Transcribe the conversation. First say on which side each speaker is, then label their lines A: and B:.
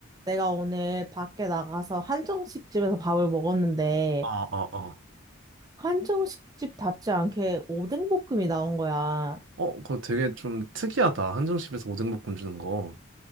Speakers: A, on the right (about 20°); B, on the right (about 70°).
A: 내가 오늘 밖에 나가서 한정식 집에서 밥을 먹었는데,
B: 어, 어, 어.
A: 한정식 집답지 않게 오뎅볶음이 나온 거야.
B: 어, 그거 되게 좀 특이하다. 한정식에서 오뎅볶음 주는 거.